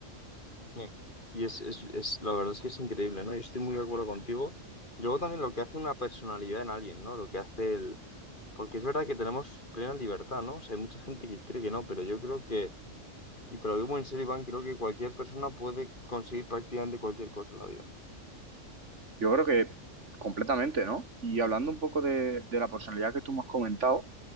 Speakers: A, on the left; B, on the right.
A: Sí. Y es, es, es, la verdad es que es increíble, ¿no? Yo estoy muy de acuerdo contigo. Y luego también lo que hace una personalidad en alguien, ¿no? Lo que hace el... Porque es verdad que tenemos plena libertad, ¿no? O sea, hay mucha gente que cree que no, pero yo creo que, y te lo digo muy en serio, Iván, creo que cualquier persona puede conseguir prácticamente cualquier cosa en la vida.
B: Yo creo que completamente, ¿no? Y hablando un poco de, de la personalidad que tú me has comentado,